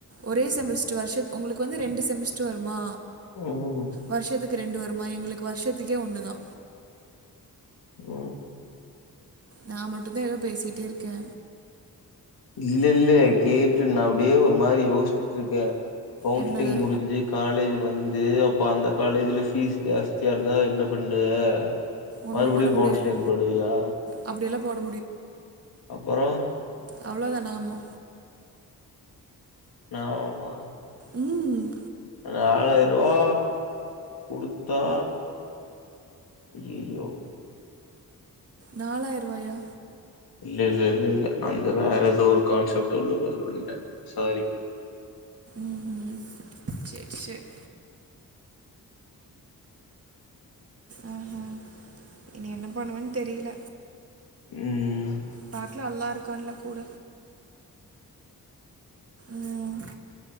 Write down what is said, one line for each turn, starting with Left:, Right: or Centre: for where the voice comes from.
Right: ஒரே செமஸ்ட்ரு வருஷத் ஒங்களுக்கு வந்து ரெண்டு செமஸ்ட்ரு வருமா
Left: உம்
Right: வருஷத்துக்கு ரெண்டு வருமா எங்களுக்கு வருஷத்துக்கே ஒன்னுதா
Left: ஓ
Right: நா மட்டுந்தா ஏதோ பேசிகிட்டே இருக்கே
Left: இல்லெல்ல கேட்டு நா அப்டியே ஒரு மாரி யோசிச்சிட்ருக்கே கவுன்சிலிங்
Right: என்னதை
Left: முடிஞ்சி காலேஜி வந்து அப்போ அந்த காலேஜில ஃபீஸ் ஜாஸ்தியாருந்தா என்ன பண்ணுவே
Right: ஒன்றும்
Left: மறுபடியு
Right: போட
Left: கவுன்சிலிங்
Right: முடியாது
Left: போய்டுவியா
Right: அப்படியெல்லாம் போட
Left: அப்பறோ
Right: அவ்ளோதா நாமோ
Left: நாமமா
Right: ம்
Left: நாலாயிரரூவா குடுத்தா அய்யய்யோ
Right: நாலாயிரரூவாயா
Left: இல்ல இல்ல இல்ல இல்ல அந்த வேற எதோ ஒரு கான்செப்ட் உள்ள கொண்டு வந்ட்டே சாரி
Right: ம் ம் செர் செர் ஆஹ இனி என்ன பண்ணுவன் தெரியில
Left: ம்
Right: பாக்லா அல்லா இருக்கான்ல கூட ம்